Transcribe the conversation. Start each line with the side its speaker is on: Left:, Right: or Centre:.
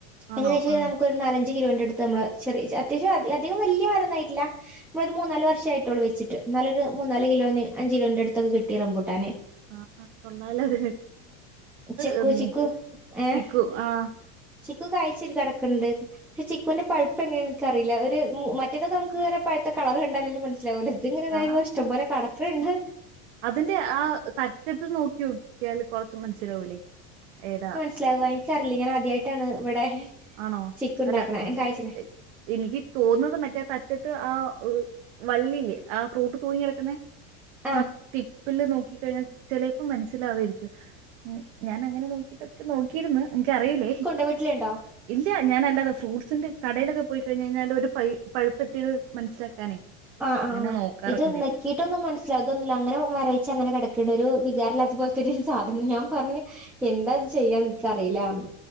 Right: ആണോ
Centre: ഏകദേശം
Right: ആഹ്
Centre: നമുക്ക ഒരു നാലഞ്ചു കിലോന്റെ അടുത്ത് നമ്മള് ചെറിയ അത്യാവശ്യം അധികം വലിയ മാരോന്നായിട്ടില്ല നമ്മളൊരു മൂന്നാല് വർഷ ആആയിട്ടുള്ളു വച്ചിട്ട് ഇന്നാലൊരു മൂന്നാല് കിലോന് അഞ്ചു കിലോത്തിന്റഅടുത്തൊക്കെ കിട്ടിറമ്പൂട്ടാന്
Right: ആ കൊള്ളാലത്
Centre: ചെക്കു
Right: ഉ
Centre: ചിക്കു ഏഹ്
Right: ചിക്കു ആഹ്
Centre: ചിക്കു കായ്ച്ചിരി കിടക്കണ്ട് പ ചിക്കുന്റെ പഴുപ്പ് എങ്ങനെ എനിക്കറിയില്ല ഒരു മറ്റേതക്കെ നമുക്ക്ങ്ങനെ പഴുത്ത കളർ കണ്ടാലല്ലെ മനസ്സ് ഇല ഇങ്ങനെോ
Right: ആഹ്
Centre: ഇഷ്ട്ടം പോലെ കടക്ണ്ട്
Right: അതിന്റെ ആ തറ്റത്ത് നോക്കി നോക്കിയാൽ കൊറച്ച് മനസ്സിലാവൂലേ ഏതാ
Centre: സ്ലവ് വനിക്കറീല്ല ഞാൻ ആദ്യയിട്ടാണ് ഇവിടെ
Right: ആണോ
Centre: ചിക്കു ണ്ടാക്കണെ
Right: അല്ല
Centre: കാഴ്ചിനെ
Right: എ എനിക്ക് തോന്നുന്നത് മറ്റേ തറ്റത്ത് ആ വള്ളിയില് ആ ഫ്രൂട്ട് തൂങ്ങി കിടക്കുന്നെ
Centre: ആഹ്
Right: ആ ടിപ്പില് നോക്കി കഴിഞ്ഞാൽ ചെലെപ്പോം മനസ്സിലാവായിരിക്കും ഞാൻ അങ്ങനെ നോക്കിട്ടൊക്കെ നോക്കിയിരുന്ന് എനിക്കറിയില്ലേ
Centre: നിന്റെ വീട്ടിലുണ്ടോ
Right: ഇല്ല ഞാനല്ലാതെ ഫ്രൂട്ട്സിന്റെ കടയിലൊക്കെ പോയി കഴിഞ്ഞാൽ ഒരു പ പഴുപ്പ് എത്തിയത് മനസ്സിലാക്കാനേ
Centre: ആ
Right: അങ്ങനെ നോക്കാറൊക്കെണ്ട്
Centre: ഇത് നക്കീട്ടൊന്നും മനസിലാവതൊന്നുമില്ല അങ്ങനെ മരവിച്ചങ്ങനെ കിടക്കണ്ണ്ട് ഒരുവികാര അതുപോലത്ത ഒരു സാധനം ഞാൻ പറഞ് എന്താ ഇത് ചെയ്യാന്ന് ഇൻക്കറിയില്ലാന്നറഞ്ഞു